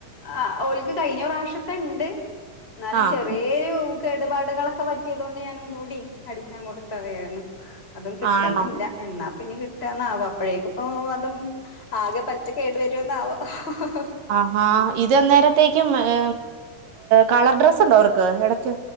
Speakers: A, on the left; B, on the right.
A: ആ ഓൽക്ക് കഴിഞ്ഞ പ്രാവശ്യത്തണ്ട് എന്നാലും
B: ആഹ്
A: ചെറിയൂകെ കേടുപാടുകളൊക്കെ പറ്റിയതോണ്ട് ഞാൻ ഒന്നൂടി അടിക്കാൻ കൊടുത്തതായിരുന്നു. അതും കിട്ടുന്നില്ല
B: ആണോ
A: എന്നാ പിന്ന കി ട്ടാന്നാവ അപ്പോഴേക്കിപ്പോ അതും ആകെ പറ്റ കേടു വരോന്നാവോ ഹഹ്.
B: ആഹാ ഇതെന്നേരത്തെക്കും ഏ കളർ ഡ്രെസ് ഉണ്ടോ അവർക്ക് ഇടക്ക്.